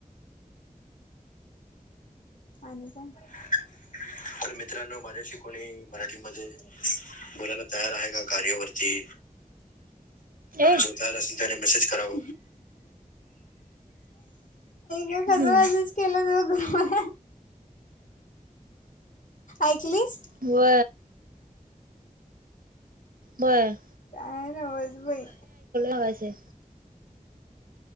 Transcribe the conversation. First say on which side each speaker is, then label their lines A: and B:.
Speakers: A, on the left; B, on the right.
A: अन <inaudible> तर मित्रांनो माझ्याशी कोणी मराठीमध्ये बोलाला तयार आहे का कार्यवरती
B: ए
A: जताार अस त मेसेज करव ग
B: हम्म
A: कसजूच केलं तोघ ऐकलीस
B: हो बरं
A: काय नावज भाई
B: मगाशी